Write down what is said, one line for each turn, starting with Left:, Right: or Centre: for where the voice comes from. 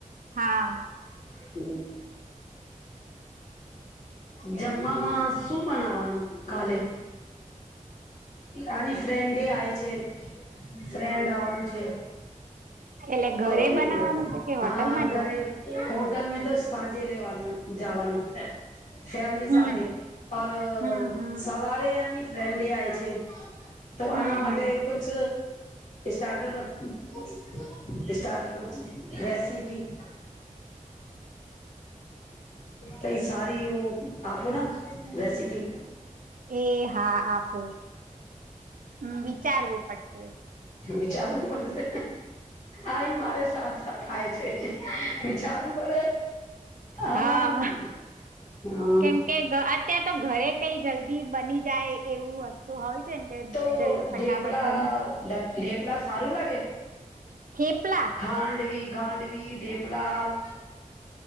Right: હા
Left: <inaudible> હ જમવામાં શું બનાવવાનું કાલે અને ફ્રેન્ડે આય છે ફ્રેન્ડ આવા
Right: એટલે
Left: કોઈ
Right: ઘરે બનાવાનું છે કે હોટલમાં
Left: હા
Right: જ
Left: ઘરે હોટલ મે તો સાંજે લેવા કરવાવાનું જવાનું ફેમિલી
Right: હમ
Left: સાથે ઓર
Right: હમ હમ
Left: સવારે એની ટ્રેન્ડે આય છે તો
Right: હમ
Left: આના માટે
Right: હમ
Left: કછ સ્ટાર્ટર બદ સ્ટાર્ટર બ રેસિપી કઈ સારી ઓ આપો ના રેસીિપી
Right: એ હા આપું હમ વિચારવું પડશે
Left: વિચારવું પડશે આઈ મારે સાજા થાય છે, વિચારવું પડે આમાંય
Right: હા
Left: હમ
Right: કેમ કે અત્યારે તો ઘરે કઈ જલ્દી બની જાય એવું વસ્તુ હોય છે, ને કે
Left: તો
Right: જલ્દી ફટાફટ
Left: ઢેપલા
Right: બની
Left: ઢેપલા સારું લાગે?
Right: થેપલા
Left: ખાંડવી ગાડવી ડેપલા